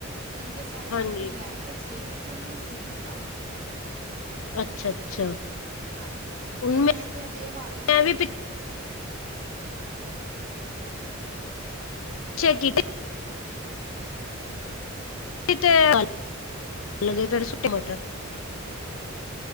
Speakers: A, on the right (about 45°); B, on the left (about 80°).
A: ਚੰਗੇ ਸਾਰੇ
B: ਹਾਂਜੀ
A: ਮਟਰ ਲੈ ਕੇ, ਛਿੱਲ ਕੇ, ਉਹਨਾਂ ਨੂੰ ਫਰੀਜ਼ ਕਰ ਲੈਂਨੀ ਆ।
B: ਅੱਛਾ-ਅੱਛਾ
A: ਹਾਂਜੀ,
B: ਹੁਣ
A: ਮੈਂ ਤੇ ਆ ਬੇ ਭਾਰੇ ਲੈਂਦੀ
B: ਮੈਂ ਵੀ
A: ਈ ਨੀ।
B: ਚੈ ਕੀ ਕੀਤੇ ਕੱਲ ਲੱਗੇ ਪੈ ਸੁਕੇ ਮਟਰ